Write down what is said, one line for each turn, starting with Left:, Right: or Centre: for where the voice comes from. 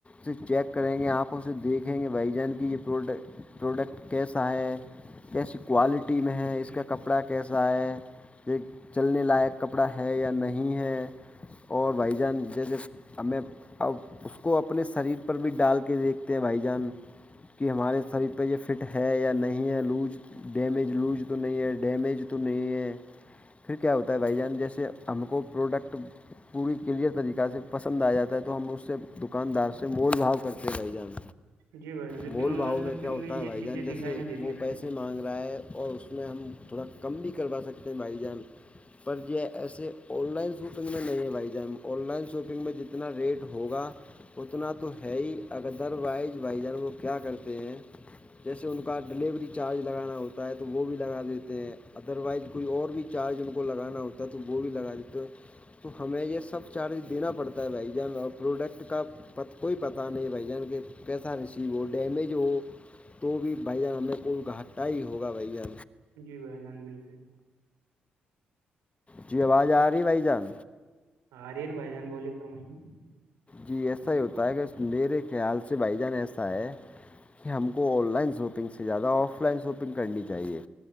Left: سے چیک کریں گے آنکھوں سے دیکھیں گے بھائی جان کی یہ پروڈکٹ پروڈکٹ کیسا ہے کیسی کوالٹی میں ہے اس کا کپڑا کیسا ہے یہ چلنے لائق کپڑا ہے یا نہیں ہے اور بھائی جان جیسے اب میں اب اس کو اپنے شریر پر بھی ڈال کے دیکھتے ہیں بھائی جان کہ ہمارے شریر پہ یہ فٹ ہے یا نہیں ہے لوج ڈیمیج لوج تو نہیں ہے ڈیمیج تو نہیں ہے پھر کیا ہوتا ہے بھائی جان جیسے ہم کو پروڈکٹ پوری کلیئر طریقہ سے پسند آ جاتا ہے تو ہم اس سے دکاندار سے مول بھاؤ کرتے رہ جان
Right: جی بھائی جان لیکن
Left: بھول
Right: آن
Left: بھاؤ
Right: لائن شاپنگ
Left: میں کیا ہوتا
Right: یہ
Left: ہے بھائی
Right: چیزیں
Left: جان
Right: دکھائی
Left: جیسے
Right: نہیں دیتی
Left: وہ
Right: اپن
Left: پیسے
Right: کو
Left: مانگ رہا ہے اور اس کو اپنا ہم تھوڑا کم بھی کروا سکتے ہیں بھائی جان پر یہ ایسے آن لائن شاپنگ میں نہیں ہے بھائی جان آن لائن شاپنگ میں جتنا ریٹ ہوگا اتنا تو ہے ہی ادر وائز وائزر وہ کیا کرتے ہیں جیسے ان کا ڈیلیوری چارج لگانا ہوتا ہے تو وہ بھی لگا دیتے ہیں ادروائز کوئی اور بھی چارج ان کو کو لگانا ہوتا ہے تو وہ بھی لگا دیتے تو ہمیں یہ سب چارج دینا پڑتا ہے بھائی جان اور پروڈکٹ کا پت کوئی پتا نہیں بھائی جان کہ کیسا ریسیو ہو ڈیمیج ہو تو بھی بھیا ہمیں کوئی گھٹا ہی ہوگا بھیا
Right: جی بھائی جان بالکل
Left: جی آواز آ رہی بھائی جان
Right: آرین بھائی جان بوولے فرمائیے
Left: جی ایسا ہی ہوتا ہے کہ میرے خیال سے بھائی جان ایسا ہے کہ ہم کو آن لائن سو شاپنگ سے زیادہ آف لائن شاپنگ کرنی چاہیے